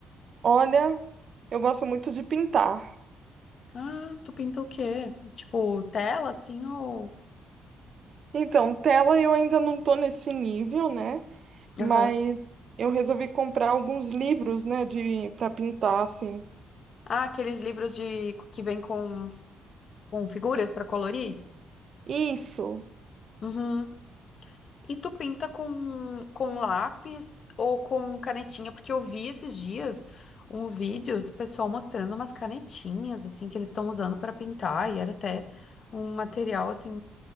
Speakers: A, on the right; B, on the left.
A: Olha, eu gosto muito de pintar.
B: Ah, tu pinta o quê? Tipo, tela, assim, ou...
A: Então, tela eu ainda não tô nesse nível, né? mas
B: Aham.
A: eu resolvi comprar alguns livros, né, de para pintar assim.
B: Ah, aqueles livros de que vem com, com figuras pra colorir?
A: Isso.
B: Uhum. E tu pinta com, com lápis ou com canetinha? Porque eu vi esses dias uns vídeos do pessoal mostrando umas canetinhas, assim, que eles estão usando para pintar, e era até um material, assim,